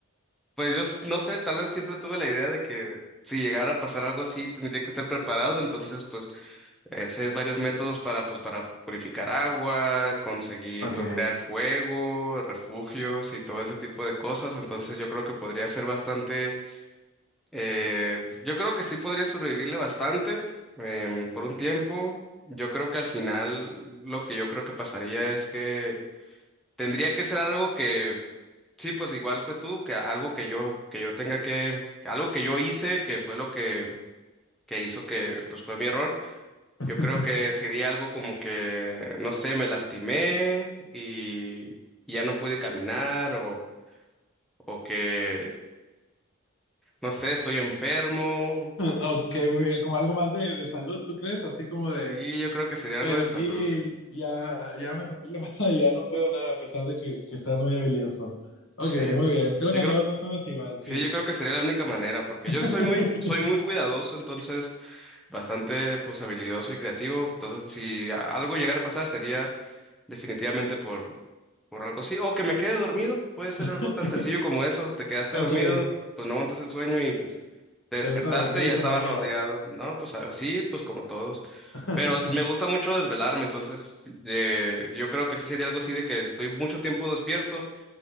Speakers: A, in the centre; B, on the left.
A: pues yo s- no sé, tal vez siempre tuve la idea de que si llegara a pasar algo así, tendría que estar preparado. Entonces, pues Ese es varios métodos para, pues, para purificar agua, conseguir,
B: Ok.
A: pues, crear fuego, refugios y todo ese tipo de cosas. Entonces yo creo que podría ser bastante, eh, yo creo que sí podría sobrevivirle bastante em, por un tiempo. Yo creo que al final lo que yo creo que pasaría es que tendría que ser algo que, sí, pues igual que tú, que algo que yo, que yo tenga que, que algo que yo hice, que fue lo que, que hizo que, pues fue mi error
B: <laughs>
A: yo creo que sería algo como que, no sé, me lastimé y ya no pude caminar o, o que, no sé, estoy enfermo.
B: Ok, muy bien, como algo más de, de salud, ¿tú crees? Así como
A: Sí,
B: de,
A: yo creo que sería
B: el,
A: algo de salud.
B: y ya, ya me rompí la <laughs> mano y ya no puedo nada, a pesar de que, que seas muy habilidoso. Ok,
A: Sí.
B: muy bien. Creo
A: Yo
B: que andamos
A: creo,
B: más o menos igual, sí.
A: sí, yo creo que sería la única manera, porque
B: <laughs>
A: yo sí soy muy, soy muy cuidadoso, entonces bastante pues habilidoso y creativo. Entonces, si a- algo llegara a pasar, sería definitivamente por, por algo así. O que me quede dormido, puede ser
B: <laughs>
A: algo tan sencillo como eso. Te quedaste
B: ok,
A: dormido, pues no aguantas el sueño y pues te despertaste
B: te gusta dormir,
A: y ya estabas
B: compañero.
A: rodeado. No, pues así, pues como todos.
B: <laughs>
A: Pero me gusta mucho desvelarme, entonces eh, yo creo que sí sería algo así de que estoy mucho tiempo despierto